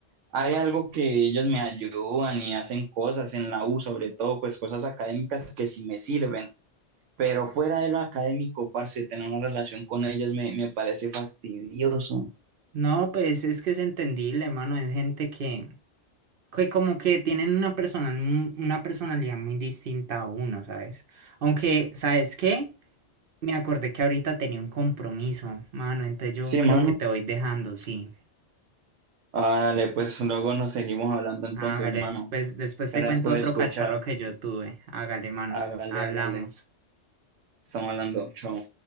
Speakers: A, on the right; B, on the right.
A: hay algo que ellos me ayudan y hacen cosas en la U, sobre todo pues cosas académicas que sí me sirven, pero fuera de lo académico, parce, tener una relación con ellos me, me parece fastidioso.
B: No, pues es que es entendible, hermano, es gente que, que como que tienen una personal, una personalidad muy distinta a uno, ¿sabes? Aunque, ¿sabes qué? Me acordé que ahorita tenía un compromiso, mano, entonces yo
A: Sí,
B: creo
A: mano.
B: que te voy dejando, sí.
A: Ah, dale, pues luego nos seguimos hablando entonces,
B: Hágale,
A: hermano.
B: después, después
A: Gracias
B: te cuento
A: por
B: otro
A: escuchar.
B: cacharro que yo tuve. Hágale, mano.
A: Hágale,
B: Hablamos.
A: hágale. Estamos hablando. Chao.